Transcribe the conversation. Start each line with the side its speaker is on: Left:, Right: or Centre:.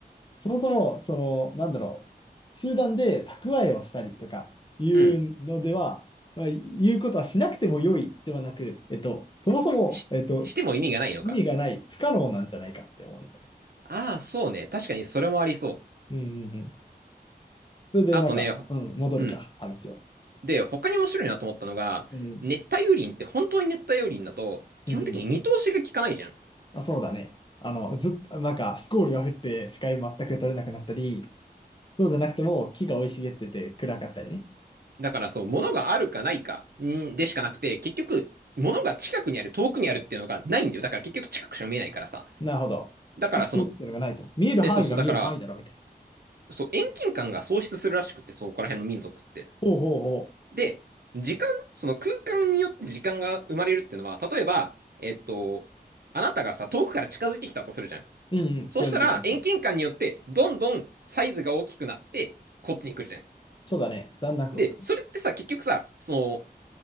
Left: そもそも、その、なんだろう、集団で蓄えをしたりとかいうのでは、
Right: うん、
Left: まあ、言うことはしなくても良いではなく、えっと、そもそも、
Right: し、
Left: えっと、
Right: しても意味がないのか。
Left: 意味がない、不可能なんじゃないかって思うんだよね。
Right: ああ、そうね。確かにそれもありそう。
Left: うんうんうんそれでなんか、
Right: あとね、ほうん。
Left: うん、戻るか、話を。
Right: で、他に面白いなと思ったのが、
Left: うん、
Right: 熱帯雨林って本当に熱帯雨林だと、基本的に見通しが効かないじゃん。
Left: うん。まあ、そうだね。あの、ずっと、なんか、スコールが降って視界全く取れなくなったり、そうじゃなくても木が生い茂ってて暗かったりね。
Right: だからそう、物があるかないかんでしかなくて、結局、物が近くにある、遠くにあるっていうのがないんだよ。だから結局近くしか見えないからさ。
Left: なるほど。
Right: だからその、
Left: 近く通ってのがないと。見える範囲が見える範囲だろ、
Right: え、そうそう、だから、
Left: みたいな。
Right: そう、遠近感が喪失するらしくって、そう、ここら辺の民族って。
Left: ほうほうほ
Right: で、時間、その空間によって時間が生まれるっていうのは、例えば、えっと、あなたがさ、遠くから近づいてきたとするじゃん。
Left: う。うんうん、
Right: そうしたら、
Left: 近づいてきたりする。
Right: 遠近感によって、どんどんサイズが大きくなって、こっちに来るじゃん。
Left: そうだね。だんだんこうか。
Right: で、それってさ、結局さ、そ